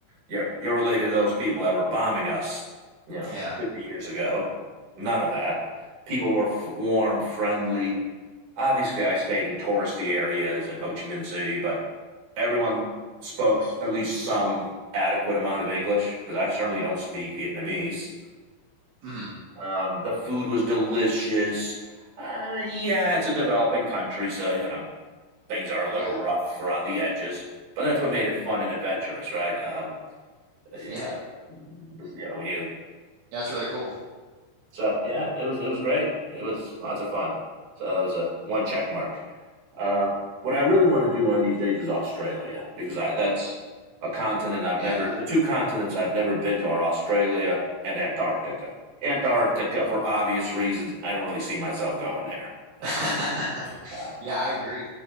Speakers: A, on the right; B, on the right.
A: you're you're related to those people that were bombing us, you know,
B: Yeah.
A: 50 years ago." None of that. People were f- warm, friendly. Obviously, I stayed in touristy areas in Ho Chi Minh City, but everyone spoke at least some adequate amount of English because I certainly don't speak Vietnamese.
B: Mhm.
A: Um, the food was delicious. Uh, yeah, it's a developing country, so you know things are a little
B: Yeah.
A: rough around the edges. But that's what made it fun and adventurous, right? Um, uh, you
B: Yeah.
A: know, you know when you
B: Yeah, that's really cool.
A: so yeah, it was it was great. It was lots of fun. So that was a one check mark. Uh, what I really want to do one of these days is Australia because I, that's a continent I've
B: Yeah.
A: never, the two continents I've never been to are Australia and Antarctica. Antarctica, for obvious reasons, I don't really see myself going there. Uh,
B: <laughs>
A: uh,
B: Yeah, I agree.